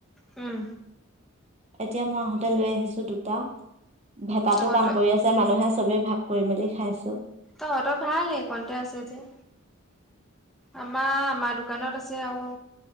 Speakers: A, in the centre; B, on the right.
A: উম।
B: এতিয়া, মই আহোঁতে লৈ আহিছোঁ। দুটা ভেটটো
A: তহঁতৰ
B: কাম কৰি আছে, মানুহে। চবেই ভাগ কৰি-মেলি খাইছোঁ।
A: তহঁতৰ ভাল, হঁ? ক'ত আছে যে? আমা, আমাৰ দোকানত আছে, আৰু।